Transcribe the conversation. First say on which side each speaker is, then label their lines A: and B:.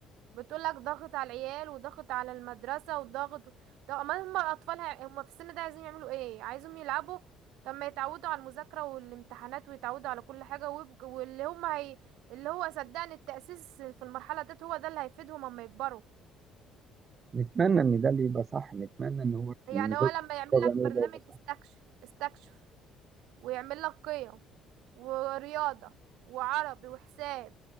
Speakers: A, on the right (about 75°); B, on the right (about 25°).
A: بتقولك ضغط على العيال وضغط على المدرسة وضغط طب ما هم أطفالها هم في السن ده عايزين يعملوا ايه عايزهم يلعبوا طب ما يتعودوا على المذاكرة والامتحانات ويتعودوا على كل حاجة ويبق... واللي هم هي... اللي هو صدقني التأسيس في المرحلة ديت هو ده اللي هيفيدهم اما يكبروا
B: نتمنى ان ده اللي يبقى صح نتمنى ان هو
A: يعني
B: النظام
A: هو لما يعمل
B: اللي
A: لك
B: هو بيعمله
A: برنامج
B: ده يبقى صح
A: استكشف استكشف ويعمل لك قيم ورياضة وعربي وحساب